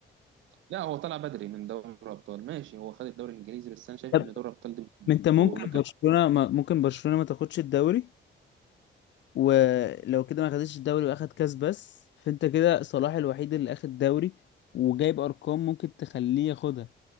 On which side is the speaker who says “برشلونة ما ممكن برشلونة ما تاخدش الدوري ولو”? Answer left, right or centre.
Left